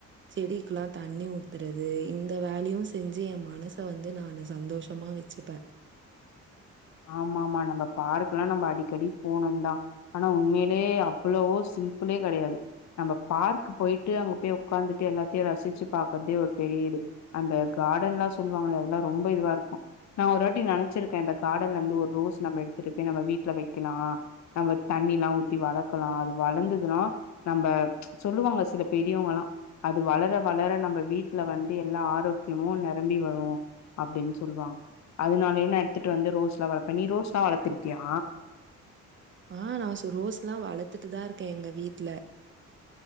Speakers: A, on the right; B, on the left.
A: செடிக்குல்லா தண்ணி ஊத்துறது இந்த வேலையும் செஞ்சு என் மனச வந்து நானு சந்தோஷ் செம்மா வச்சுருப்பே
B: ஆமா ஆமா நம்ம பார்க்ல்லா நம்ம அடிக்கடி போனும்தா ஆனா உண்மையிலயே அவ்ளோவோ சிம்புளே கெடையாது நம்ம பார்க்கு போயிட்டு அங்க போய் உட்கார்ந்துட்டு எல்லாத்தையும் ரசிச்சு பாக்குறதே ஒரு பெரிய இது அந்த கார்டன்ல்லா சொல்லுவாங்களே அதெல்லா ரொம்ப இதுவா இருக்கோ நா ஒரு வாட்டி நெனைச்சிருக்கே அந்தக் கார்டன்ல இருந்து ஒரு ரோஸ் நம்ம எடுத்துட்டு போய் நம்ம வீட்ல வைக்கலா நம்ம தண்ணில்லாம் ஊத்தி வளர்க்கலா அது வளர்ந்துதுனா நம்ப சொல்லுவாங்க சில பெரியவங்களா அது வளர வளர நம்ம வீட்டல வந்து எல்லா ஆரோக்கியமு நெரம்பி வரு அப்படின் சொல்வாங்க அதுனாலயே ந எடுத்துட்டு வந்து ரோஸ்ல்லா வளப்ப நீ ரோஸ்ல்லா வளத்திருக்கியா
A: ஆ நா சோ ரோஸ் லா வளத்துட்டுதா இருக்க எங்க வீட்ல